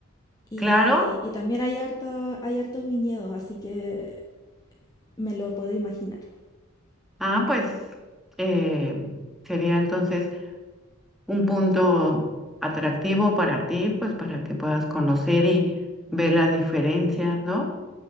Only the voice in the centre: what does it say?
Claro,
ah, pues eh, sería entonces un punto atractivo para ti, pues para que puedas conocer y ver las diferencias, ¿no?